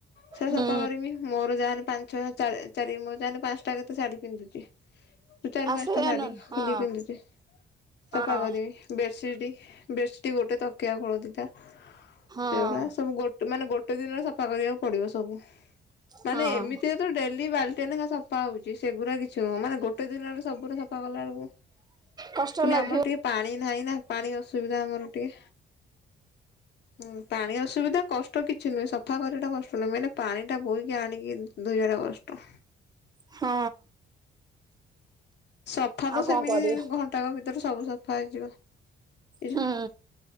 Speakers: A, on the left (about 60°); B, on the right (about 20°).
A: ସେରା
B: ହୁଁ
A: ସଫା କରିମି ମୋର ଯାହେନେ ପାଞ୍ଚ ଛ ଚା ଚାରି ମୋର ଯାହେନେ ପାଞ୍ଚଟା କେତେ ଶାଢୀ ପିନ୍ଧୁ ତ ଚାରି
B: ଆସ
A: ପାଞ୍ଚଟା ଶାଢୀ
B: ନନ
A: ଖୋଲିକି
B: ହଁ
A: ପିନ୍ଧୁଚି
B: ହଁ
A: ସଫା କରିବି। ବେଶିଟି ବେଶିଟ ଗୋଟେ ତକିଆ ଖୋଳ ଦିଟା।
B: ହଁ
A: ସେଇରା ସବୁ ଗୋଟେ ମାନେ ଗୋଟେ ଦିନରେ ସଫା କରିବାକୁ ପଡିବ ସବୁ। ମାନେ
B: ହଁ
A: ଏମିତିରେ ତ ଡେଲି ବାଲଟିଏ ଲେଖାଏ ସଫା ହଉଛି ସେଗୁରା କିଛି ନୁହଁ ଗୋଟେ ଦିନରେ ସବୁରା ସଫା ସଫା କଲା ବେଳକୁ
B: କଷ୍ଟ
A: ପୁଣି
B: ଲାଗିଵ
A: ଆମର ଟିକେ ପାଣି ନାହିଁ ନା ପାଣି ଅସୁବିଧା ଆମର ଟିକେ। ହୁଁ ପାଣି ଅସୁବିଧା କଷ୍ଟ କିଛି ନୁହେଁ ସଫା କରିବା ଟା କଷ୍ଟ ନୁହେଁ ମେନ ପାଣି ଟା ବୋହିକି ଆଣିକି ଧୋଇବା ଟା କଷ୍ଟ।
B: ହଁ।
A: ସଫା ତ
B: ଆଉ କଣ
A: ସେମିତି
B: କରିବ
A: ଘଣ୍ଟାକ ଭିତରେ ସବୁ ସଫା ହେଇଯିବ। ଏ
B: ହୁଁ
A: ଯୋଉ